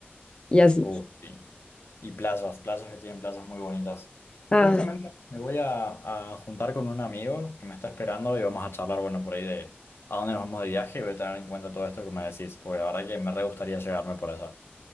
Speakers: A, on the left; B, on the left.
A: y así.
B: Uh, sí. Y playas, playas que tienen playas muy bonitas.
A: Ah,
B: Justamente me voy a, a juntar con un amigo que me está esperando y vamos a charlar, bueno, por ahí de a dónde nos vamos de viaje y voy a tener en cuenta todo esto que me decís, porque la verdad que me re gustaría llegarme por allá.